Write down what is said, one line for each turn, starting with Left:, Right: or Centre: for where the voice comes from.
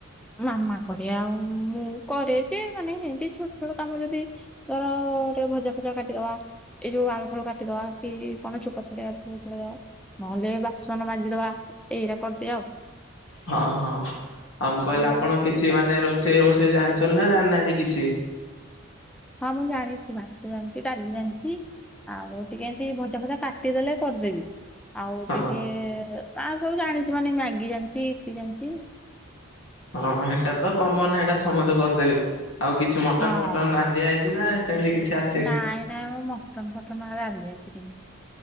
Centre: ମାମା କରେ ଆଉ ମୁଁ କରେ ଯେ ମାନେ ହେନ୍ତି ଛୋଟ ଛୋଟ କାମ ଯଦି ଧର ଟିକେ ଭଜା ଫଜା କାଟିଦବା। ଏଇ ଯୋଉ ଆଳୁ ଫାଳୁ କାଟିଦବା କି କଣ ଚୋପା ଛଡ଼ାଇବାର ଥିବ ଛଡେଇ ଦବା। ନହେଲେ ବାସନ ମାଜିଦବା, ଏଇରା କରିଦିଏ ଆଉ।
Left: ହଁ ହଁ। ଆଉ ମୁଁ କହିଲି
Centre: ସିଏ
Left: ଆପଣ
Centre: ସବୁ
Left: କିଛି
Centre: କରେ।
Left: ମାନେ ରୋଷେଇ ଫୋସେଇ ଜାଣିଛନ୍ତି ନା ଜାଣିନାହାଁନ୍ତି କିଛି?
Centre: ହଁ ମୁଁ ଜାଣିଛି, ଭାତ ଜାଣିଛି, ଡାଲି ଜାଣିଛି ଆଉ ଟିକେ ଏମତି ଭଜା ଫଜା କାଟିଦେଲେ କରିଦେବି। ଆଉ
Left: ହଁ
Centre: ଟିକେ ଆଉ ସବୁ ଜାଣିଛି ମାନେ ମ୍ୟାଗି ଜାଣିଛି, ଇପି ଜାଣିଛି
Left: ହଁ ହେଟା ତ କମନ ହେଟା ସମେତେ କରିଦେବେ, ଆଉ କିଛି ମଟନ
Centre: ହଁ
Left: ଫଟନ ରାନ୍ଧି ଆଇଚୁ ନା ସେମତି କିଛି‌ ଆସ
Centre: ନାଇଁ ନାଇଁ, ମୁଁ ମଟନ ଫଟନ ରାନ୍ଧି ଆସିନି।